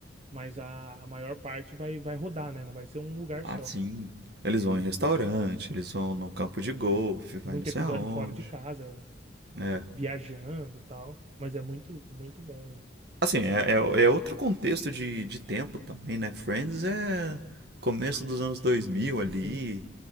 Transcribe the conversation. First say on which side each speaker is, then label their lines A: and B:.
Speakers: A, on the right; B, on the right.
A: mas a, a maior parte vai, vai rodar, né? Não vai ser um lugar
B: Ah,
A: só.
B: sim. Eles vão em restaurante, eles vão no campo de golfe, vai
A: muito
B: não sei
A: episódio
B: aonde.
A: fora de casa,
B: É.
A: viajando e tal. Mas é muito, muito bom.
B: Assim, é, é- é outro contexto de, de tempo também, né? Friends é começo dos anos 2000 ali.
A: Sim.